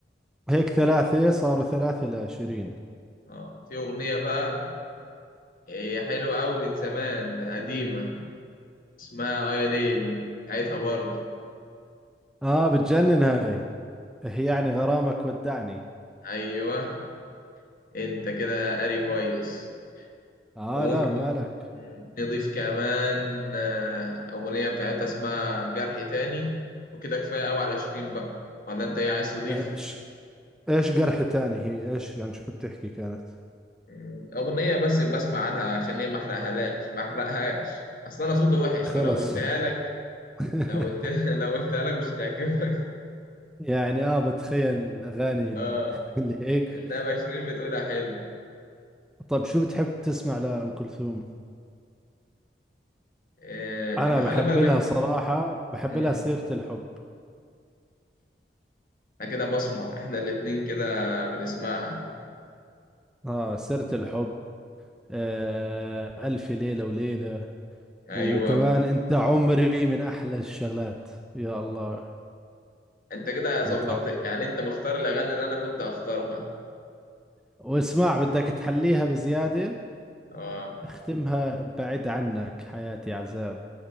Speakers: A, in the centre; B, on the left.
A: <laughs> هيك ثلاثة صاروا ثلاثة لشيرين
B: اه في اغنيه بقى هي حلوة أوي من زمان قديمة اسمها آيا ليل بتاعتها برضه
A: آه بتجنن هاي هي يعني غرامك ودعني
B: أيوه أنت كده قاري كويس
A: آه
B: وممكن
A: لا مالك
B: نضيف كمان آه، أغنية بتاعتها اسمها جرح تاني وكده كفاية أوي على عشرين بقى ولا أنت إيه عايز تضيف؟
A: آه، إيش إيش جرح تاني هي إيش يعني شو بتحكي كانت
B: مم، أغنية بس بسمع عنها عشان هي محرقهالاش محرقهاش أصل أنا صوتي وحش
A: خلص
B: فلو قلتها لك
A: <laughs>
B: لو قلت <laughs> لو قلتها لك مش هتعجبك
A: يعني اه بتخيل الاغاني ال-
B: آه
A: <laughs> اللي هيك
B: إنما عشرين بتقولها حلو
A: طيب شو بتحب تسمع لأم كلثوم
B: آه،
A: انا
B: أنت خلي
A: بحب
B: بالك
A: لها صراحة بحب
B: امم
A: لها سيرة الحب
B: احنا كده بصمة احنا الاتنين كده بنسمعها
A: اه سيرة الحب آه الف ليلة وليلة
B: ايوه
A: وكمان انت عمري من احلى الشغلات يا الله
B: انت كده
A: انت
B: ظبطت
A: عمري
B: يعني انت مختار الاغاني اللي انا كنت هختارها
A: واسمع بدك تحليها بزيادة
B: اه
A: اختمها بعد عنك حياتي عذاب